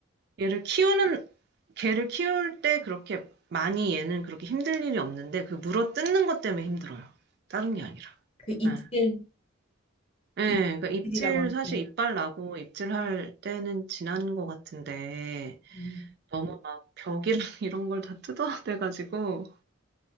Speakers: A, on the right; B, on the left.
A: 얘를 키우는, 개를 키울 때 그렇게 많이 얘는 그렇게 힘들 일이 없는데 그 물어 뜯는 것 때문에 힘들어요. 다른 게 아니라.
B: 그 입질,
A: 네. 예,
B: 입질이라고
A: 그러니까 입질,
B: 하는
A: 사실
B: 게.
A: 이빨 나고 입질할 때는 지난 것 같은데,
B: 음.
A: 너무 막 벽이랑 <laughs> 이런 걸 다 뜯어야 돼가지고,